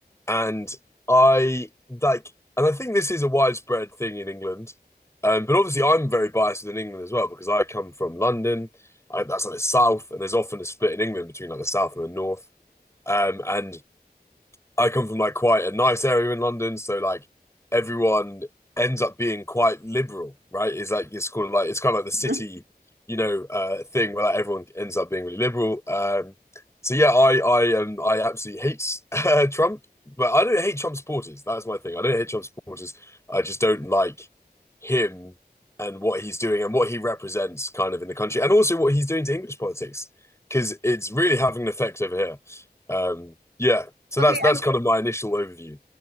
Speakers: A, on the left; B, on the right.
A: And I like and I think this is a widespread thing in England. Um, but obviously I'm very biased within England as well because I come from London. I, that's like the south, and there's often a split in England between like the south and the north. Um, and I come from like quite a nice area in London, so like everyone ends up being quite liberal, right? It's like it's called like it's kind of like the city,
B: <laughs> Mhm.
A: you know, uh, thing where like everyone ends up being really liberal. Um, so yeah, I I um I absolutely hate <laughs> uh, Trump, but I don't hate Trump supporters. That's my thing. I don't hate Trump supporters. I just don't like him and what he's doing and what he represents kind of in the country and also what he's doing to English politics because it's really having an effect over here. Um, yeah, so
B: Okay,
A: that's that's
B: I'm
A: kind of my initial overview.